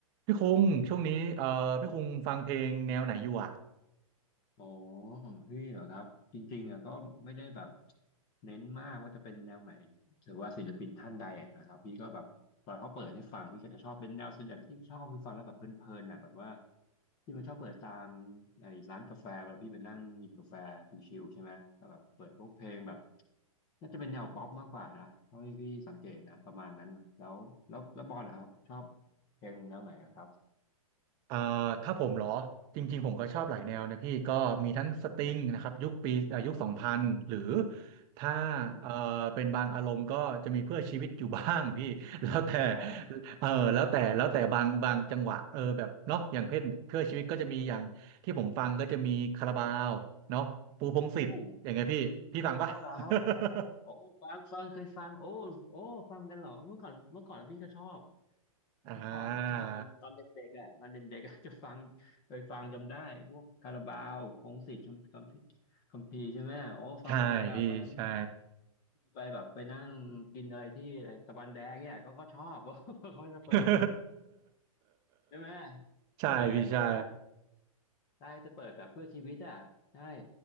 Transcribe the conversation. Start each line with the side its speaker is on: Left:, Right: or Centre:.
Right: พี่คุงช่วงนี้เอ่อพี่คุงฟังเพลงแนวไหนอยู่อ่ะ
Left: อ๋อพี่เหรอครับจริงๆอ่ะก็ไม่ได้แบบเน้นมากว่าจะเป็นแนวไหนหรือว่าศิลปินท่านใดอะนะครับพี่ก็แบบตอนเขาเปิดให้ฟังพี่ก็จะชอบเป็นแนวส่วนใหญ่ที่ชอบคือฟังแล้วแบบเพลินๆน่ะแบบว่าที่มันชอบเปิดตามไอ้ร้านกาแฟแบบพี่ไปนั่งกินกาแฟชิลๆใช่ไหมก็แบบเปิดพวกเพลงแบบน่าจะเป็นแนวป๊อปมากกว่านะเท่าที่พี่สังเกตนะประมาณนั้นนะแล้วแล้วแล้วบอลเหรอครับชอบเพลงแนวไหนอะครับ
Right: เอ่อถ้าผมเหรอจริงๆผมก็ชอบหลายแนวนะพี่ก็มีทั้งสตริงนะครับยุคปีเอ่อยุคสองพันหรือถ้า
Left: อืม
Right: เอ่อเป็นบางอารมณ์ก็จะมีเพื่อชีวิตอยู่บ้างพี่ <laughs> แล้วแต่
Left: อ๋อ
Right: เออแล้วแต่แล้วแต่บางบางจังหวะเออแบบเนาะอย่างเช่นเพื่อชีวิตก็จะมีอย่างที่ผมฟังก็จะมีคาราบาวเนาะปูพงษ์สิทธิ์อย่างไงพี่พี่ฟังปะ
Left: โอ้โห อ๋อเหรอครับ
Right: <laughs>
Left: โอ้ฟังฟังเคยฟังโอ้โอ้ฟังกันเหรอเมื่อก่อนเมื่อก่อนพี่ก็ชอบ
Right: อ่า
Left: เมื่อก่อนอ่ะชอบตอนตอนเด็กๆอ่ะตอนเด็กๆอะจะฟังเคยฟังจำได้พวกคาราบาวพงษ์สิทธิ์คัมคัมภีร์คัมภีร์ใช่ไหมโอ้ฟังเวลาตอนนั้น
Right: ใช่พี่ใช่
Left: ไปแบบไปนั่งกินอะไรที่อะไรตะวันแดงเนี่ยก็ก็ชอบ <laughs> เขาจะเปิด
Right: <laughs>
Left: ใช่ไหม
Right: ใช่พี่ใช่
Left: เนี่ยจำได้ได้จะเปิดแบบเพื่อชีวิตอ่ะใช่